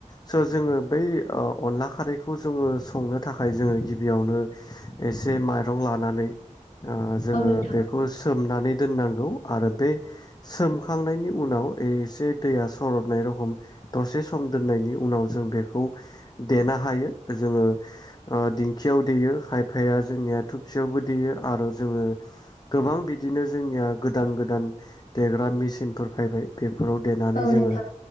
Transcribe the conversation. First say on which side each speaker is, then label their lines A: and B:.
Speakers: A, on the left; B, on the left.
A: स' जोङो बै औ अनला खारैखौ जोङो संनो थाखाय जोङो गिबियावनो एसे माइरं लानानै ओ जोङो
B: औ नोंथां
A: बेखौ सोब सोमनानै दोननांगौ आरो बे सोमखांनायनि उनाव एसे दैया सरदनाय रखम दसे सम दोननायनि उनाव जों बेखौ देनो हायो जोङो ओ दिं खियाव देयो खायफाया जोंनिया थुबसियावबो देयो आरोद जोङो गोबां बिदिनो जोंनिया गोदान गोदान देग बा मेसिनफोर फायबाय बेब बेफोराव देनानै
B: औ
A: जोङो
B: नोंथां